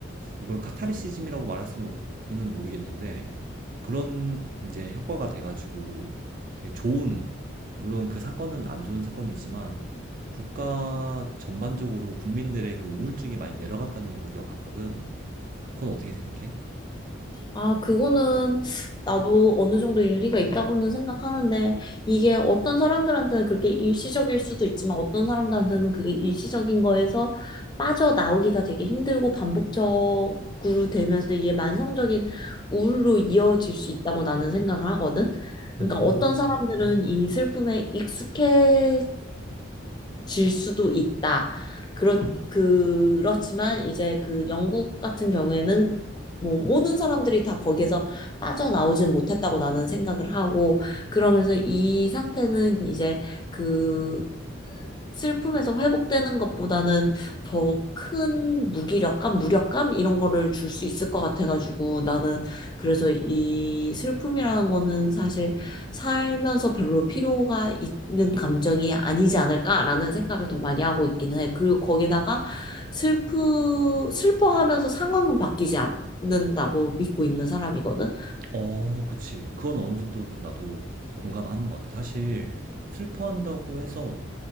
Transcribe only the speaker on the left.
아, 그거는 나도 어느 정도 일리가 있다고는 생각하는데, 이게 어떤 사람들한테는 그렇게 일시적일 수도 있지만, 어떤 사람들한테는 그게 일시적인 거에서 빠져나오기가 되게 힘들고 반복적으로 되면서 이게 만성적인 우울로 이어질 수 있다고 나는 생각을 하거든. 그러니까
어떤 사람들은 이 슬픔에 익숙해 질 수도 있다. 그렇, 그렇지만 이제 그 영국 같은 경우에는 뭐 모든 사람들이 다 거기에서 빠져나오진 못했다고 나는 생각을 하고 그러면서 이 상태는 이제 그 슬픔에서 회복되는 것보다는 더 큰 무기력감, 무력감 이런 거를 줄 수 있을 것 같아가지고 나는 그래서 이 슬픔이라는 거는 사실 살면서 별로 필요가 있는 감정이 아니지 않을까라는 생각을 더 많이 하고 있기는 해. 그리고 거기다가 슬프, 슬퍼하면서 상황은 바뀌지 않는다고 믿고 있는 사람이거든.